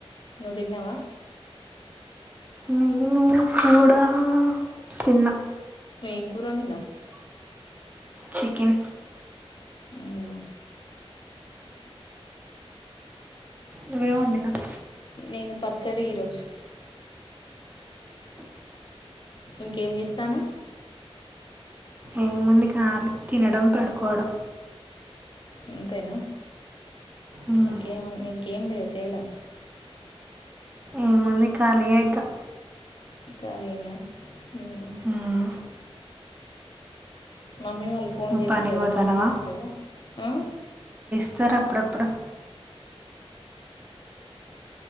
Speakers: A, on the left; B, on the right.
A: నువ్వు తిన్నావా
B: నేను కూడా తిన్నా
A: ఏం కూర వండినవు
B: చికెన్
A: అవునా.
B: నువేంవండినావ్
A: నేను పచ్చడి ఈరోజు ఇంకేం చేస్తాను
B: ఏముంది కాళీ తినడం పడుకోవడం
A: అంతేనా
B: ఉమ్,
A: ఇంకేమ ఇంకె ఏం లేదు చేయడం
B: ఏముంది ఖాళీయేగా
A: ఇంకాలేనా హ్మ్
B: హ్మ్
A: మమ్మీ వాళ్ళు ఫోన్
B: నువ్వు
A: చేస్తలేరా
B: పనికి పోతానవా
A: మాట్లాడట్లేవా జహ్మ్
B: సర్ అప్పుడప్పుడు